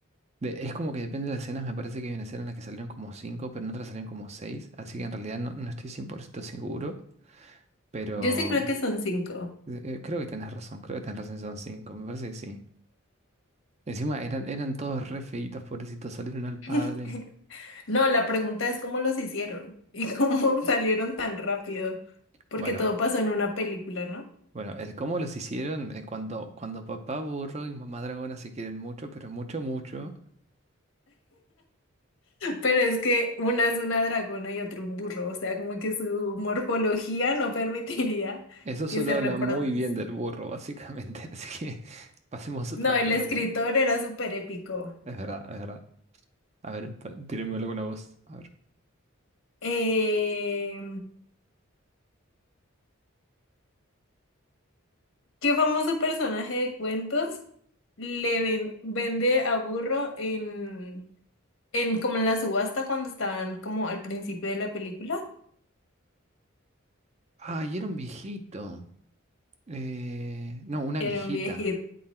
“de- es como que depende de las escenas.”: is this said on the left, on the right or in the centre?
Right